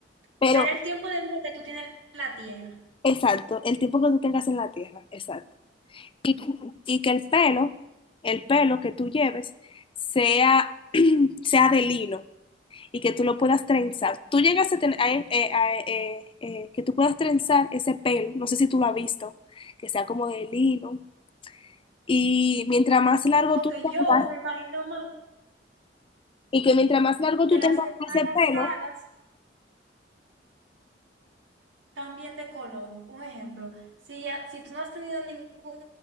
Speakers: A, on the left; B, on the right.
A: Pero,
B: Será el tiempo de vida que tú tienes en la Tierra.
A: exacto, el tiempo que tú tengas en la tierra, exacto. Y, y que el pelo, el pelo que tú lleves, sea, sea de lino y que tú lo puedas trenzar. Tú llegas a tener, a- eh, eh, a- eh, eh, que tú puedas trenzar ese pelo, no sé si tú lo has visto, que sea como de lino. Y mientras más largo
B: Porque
A: tú tengas,
B: yo me imagino más
A: y que mientras más largo
B: que
A: tú
B: las
A: tengas
B: embarazadas
A: ese pelo,
B: cambien de color. Un ejemplo, si, ya, si tú no has tenido ningún